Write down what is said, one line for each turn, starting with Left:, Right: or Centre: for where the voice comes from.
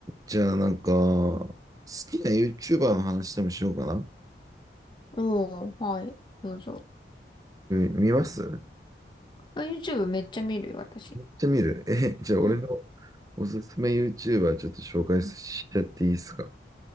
Right: じゃあなんか、好きな YouTuber の話でもしようかな。
Left: おー、はい、どうぞ。
Right: YouTube 見ます
Left: あ、YouTube めっちゃ見るよ、私。
Right: めっちゃ見る。え、じゃあ俺の
Left: うん。
Right: おすすめ YouTuber ちょっと紹介しちゃっていいですか